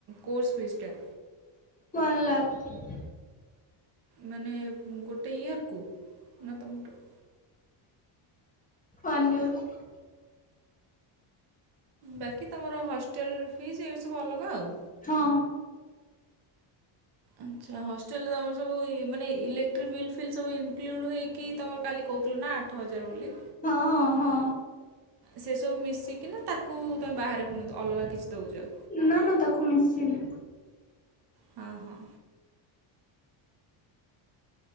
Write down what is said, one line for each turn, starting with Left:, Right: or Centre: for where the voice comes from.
Right: କୋର୍ସ ଫିସ୍ ଟା?
Left: ୱାନ୍ ଲାଖ୍।
Right: ମାନେ ଗୋଟେ ଇୟରକୁ ନା ତମ ପଟ
Left: ୱାନ୍ ଇଅର୍ କୁ
Right: ବାକି ତମର ହଷ୍ଟେଲ୍ ଫିସ୍ ଏହି ସବୁ ଅଲଗା ଆଉ
Left: ହଁ।
Right: ଆଚ୍ଛା ହଷ ହଷ୍ଟେଲ୍ ରେ ତମର ସବୁ ମାନେ ଇଲେକ୍ଟ୍ରିକ୍ ବିଲ୍ ଫିଲ୍ ସବୁ ଇନକ୍ଲୁଡ଼୍ ହେଇକି ତମର କାଲି କହୁଥିଲୁ ନା ଆଠ ହଜାର ବୋଲି।
Left: ହଁ ହଁ।
Right: ସେ ସବୁ ମିଶିକିନା ତାକୁ ତୁମେ ବାହାରେ ପୁଣି ଅଲଗା କିଛି ଦଉଛ।
Left: ନା ନା ତାକୁ ମିଶିନି
Right: ହଁ ହଁ।